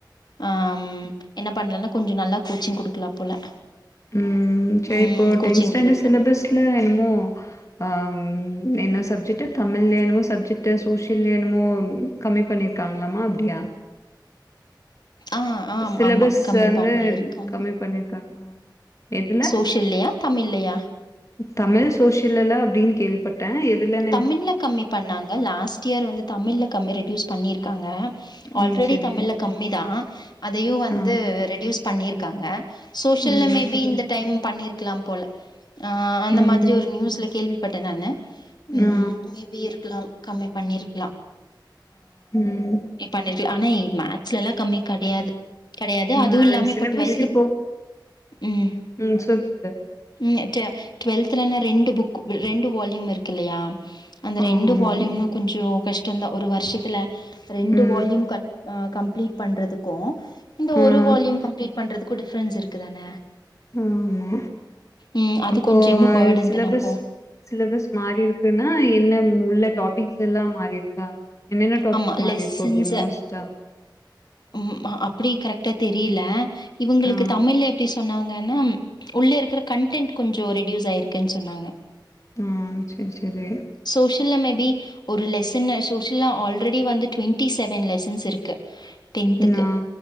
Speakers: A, on the left; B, on the left.
A: ஆ ம் என்ன பண்லான்னா கொஞ்ச நல்லா கோச்சிங் குடுக்கலா போல
B: ம் சரி
A: ம்
B: இப்போ
A: கோச்சிங்
B: டென்ஸ்டாண்டட்
A: குடுக்கலா
B: சிலபஸ் இல்ல என்னமோ ஆ என்ன சப்ஜெக்ட் தமிழ்ல என்னமோ சப்ஜெட் டு சோசியல் என்னமோ கம்மி பண்ணிருகாங்களாமா அப்டியா
A: ஆ ஆம்
B: சிலபஸ்
A: ஆமா கம்மி
B: வந்து
A: பண்ணி இருகாங்க
B: கம்மி பண்ணிருக்காங்க எதுல
A: சோஷியல்லயா தமிழ்லையா
B: தமிழ் சோசியல்லலா அப்டின் கேள்வி பட் பட்ட எதுலன்
A: தமிழ்ல கம்மி பண்ணாங்க லாஸ்ட் இயர் வந்து தமிழ்ல கம் ரெடியூஸ் பண்ணிருக்காங்க ஆல்ரெடி
B: ம் சரி
A: தமிழ்ல கம்மி தா அதையு வந்து
B: ஆ
A: ரெடியூஸ் பண்ணிருகாங்க சோஷியல்ல
B: ம்
A: மேபி
B: சரி
A: இந்த டைம் பண்ணிருக்கலா போல ஆ அந்த
B: ம்
A: மாரி ஒரு நியூஸ்ல கேள்விபட்ட நானு ம்
B: ஆ
A: மேபி இருக்லா கம்மி பண்ணி இருக்லா
B: ம்
A: மி பண்ணிருக்லா ஆனா மேக்ஸ்லலா கம்மி கெடையாது கெடையாது
B: ம்
A: அதுவு இல்லாம
B: சிலபஸ்
A: இப்ப டுவல்த்
B: இப்போ
A: ம்
B: ம் சொல்லு சொல்லு
A: ம் டுவெல்தலலா ரெண்டு புக் ரெண்டு வால்யூம் இருக் இல்லயா அந்த
B: ஓ
A: ரெண்டு
B: ஆமா
A: வால்யூமு கொஞ்ச கஷ்டந்தா ஒரு வருஷத்துல ரெண்டு
B: ம்
A: வால்யூம் கம் கம்ப்ளீட் பண்றதுகு இந்த
B: ஆ
A: ஒரு வால்யூம் கம்ப்ளீட் பண்றதுகு டிஃப்ரென்ஸ் இருக்குதான
B: ஆமா
A: ம் அது
B: அப்போ
A: கொஞ்ச இன்னும் பேடன்
B: சிலபஸ்
A: தான இப்போ
B: சிலபஸ் மாறி இருகுன்னா என்ன உள்ள டாபிக்ஸ் எல்லா மாறிருக் என்ன டாபிக்
A: ஆமா
B: மாரி
A: லெசன்ஸ்
B: இருக்கு அப்டி மோஸ்டா
A: ம் அப்டி கரெக்டா தெரியல இவங்களுக்கு
B: ஆ
A: தமிழ்ல எப்டி சொன்னாங்கனா உள்ள இருக்கிற கண்டடென்ட் கொஞ்ச ரெடியூஸ் ஆயிருக்குன் சொன்னாங்க
B: ம் செரி செரி
A: சோஷியல்ல மேபி ஒரு லெசன சோஷி ல்ல ஆல்ரெடி வந்து டுவென்டி செவன் லெசன்ஸ் இருக்கு டென்துக்கு
B: நா